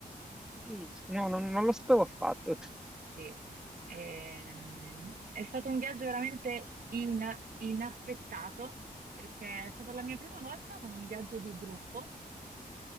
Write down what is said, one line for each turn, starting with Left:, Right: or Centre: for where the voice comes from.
Centre: Sì, sc- No, non, non lo sapevo affatto.
Right: Sì, Ehm, è stato un viaggio veramente in- inaspettato perché è stata la mia prima volta con un viaggio di gruppo.